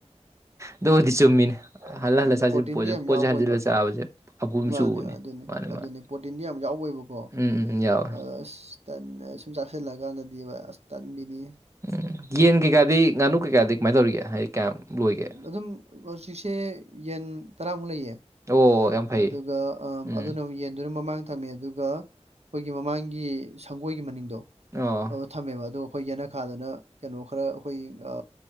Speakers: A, on the right; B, on the right.
A: ꯑꯗꯨꯕꯨꯗꯤ ꯆꯨꯝꯃꯤꯅꯦ ꯍꯜꯂ
B: ꯎꯝ
A: ꯍꯜꯂ ꯆꯥꯁꯤꯜ
B: ꯄ꯭ꯔꯣꯇꯤꯟꯗꯤ
A: ꯄꯣꯠꯁꯦ
B: ꯌꯥꯝ
A: ꯄꯣꯠꯁꯦ
B: ꯌꯥꯎꯕ
A: ꯍꯟꯖꯤꯜꯂ
B: ꯑꯣꯏꯕ
A: ꯆꯥꯕꯁꯦ ꯑꯄꯨꯝ
B: ꯃꯥꯅꯦ
A: ꯆꯨꯕꯅꯦ
B: ꯑꯗꯨꯅꯦ
A: ꯃꯥꯅꯦ
B: ꯑꯗꯨꯅꯤ
A: ꯃꯥꯅꯦ
B: ꯄ꯭ꯔꯣꯇꯤꯟꯗꯤ ꯌꯥꯝ ꯌꯥꯎꯕꯩꯕꯀꯣ
A: ꯎꯝ ꯎꯝ ꯎꯝ ꯌꯥꯎꯋꯦ
B: ꯑꯗ ꯑꯁ ꯇꯟꯅ ꯁꯨꯝ ꯆꯥꯁꯤꯜꯂꯀꯥꯟꯗꯗꯤ ꯑꯁ ꯇꯟꯕꯤꯅꯤꯍꯦ
A: ꯎꯝ ꯌꯦꯟ ꯀꯩꯀꯥꯗꯤ ꯉꯥꯅꯨ ꯀꯩꯀꯥꯗꯤ ꯀꯃꯥꯏꯅ ꯇꯧꯔꯤꯒꯦ ꯍꯥꯏꯗꯤ ꯀꯌꯥꯝ ꯂꯣꯏꯒꯦ
B: ꯑꯗꯨꯝ ꯍꯧꯖꯤꯛꯁꯦ ꯌꯦꯟ ꯇꯔꯥꯃꯨꯛ ꯂꯩꯌꯦ
A: ꯑꯣ ꯌꯥꯝ ꯐꯩꯌꯦ
B: ꯑꯗꯨꯒ ꯑꯥ
A: ꯎꯝ
B: ꯑꯗꯨꯅ ꯌꯦꯟꯗꯨꯅ ꯃꯃꯥꯡ ꯊꯝꯃꯦ ꯑꯗꯨ ꯑꯗꯨꯒ ꯑꯩꯈꯣꯏꯒꯤ ꯃꯃꯥꯡꯒꯤ ꯁꯪꯒꯣꯏꯒꯤ ꯃꯅꯤꯡꯗꯣ
A: ꯑ‌ꯣ
B: ꯑꯗꯣ ꯊꯝꯃꯦꯕ ꯑꯗꯨ ꯑꯩꯈꯣꯏ ꯌꯦꯅꯈꯥꯗꯅ ꯀꯩꯅꯣ ꯈꯔ ꯑꯩꯈꯣꯏ ꯑ